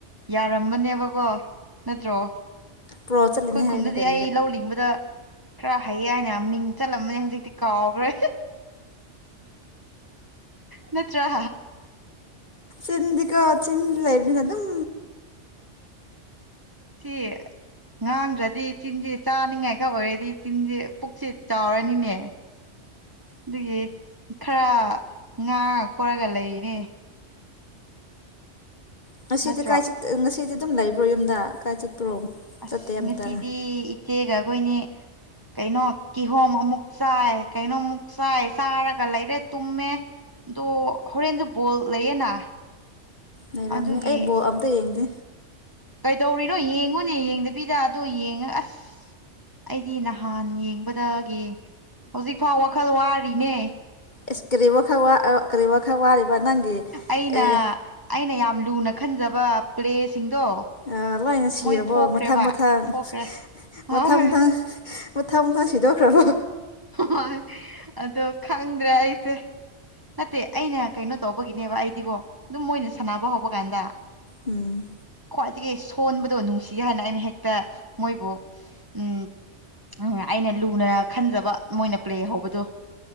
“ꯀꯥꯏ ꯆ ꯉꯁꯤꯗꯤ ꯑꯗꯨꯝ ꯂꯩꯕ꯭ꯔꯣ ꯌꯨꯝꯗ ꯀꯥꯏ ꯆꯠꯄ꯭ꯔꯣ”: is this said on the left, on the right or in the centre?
Left